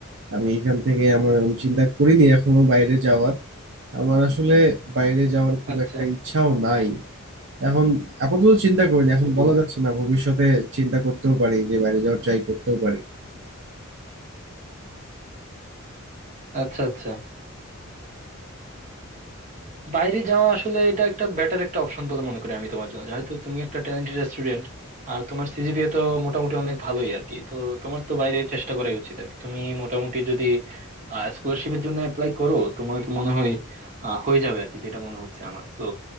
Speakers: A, on the right; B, on the right.
A: আমি এখান থেকে আমার আমি চিন্তা করিনি এখনো বাইরে যাওয়ার আমার আসলে বাইরে যাওয়ার খুব
B: আচ্ছা
A: একটা ইচ্ছাও নাই এখন আপাতত চিন্তা করিনি এখন
B: কি বলো?
A: বলা যাচ্ছে না ভবিষ্যতে চিন্তা করতেও পারি যে বাইরে যাওয়ার ট্রাই করতেও পারি
B: আচ্ছা আচ্ছা বাইরে যাওয়া আসলে এটা একটা বেটার একটা অপশন বলে মনে করি আমি তোমার জন্য যেহেতু তুমি একটা ট্যালেন্টেড স্টুডেন্ট আর তোমার সিজিপিএ তো মোটামুটি অনেক ভালোই আর কি তো তোমার তো বাইরে চেষ্টা করাই উচিত আর কি তুমি মোটামুটি যদি স্কলারশিপের জন্য অ্যাপ্লাই করো তোমার মনে হয় আহ, হয়ে যাবে আর কি যেটা মনে হচ্ছে আমার তো